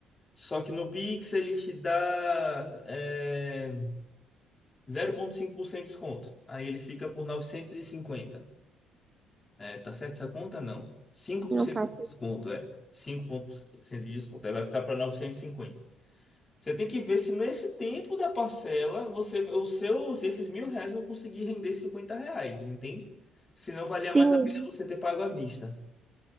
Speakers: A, on the left (about 30°); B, on the right (about 25°).
A: Só que no Pix ele te dá é, zero vírgula cinco por cento de desconto. Aí ele fica por 950. É, tá certo essa conta? Não. Cinco por
B: Não
A: cento
B: faço
A: de desconto, é. 5% de desconto. Aí vai ficar para 950. Você tem que ver se nesse tempo da parcela você, o seu, se esses mil reais vão conseguir render 50 reais, entende? Se não valia mais
B: sim.
A: a pena você ter pago à vista.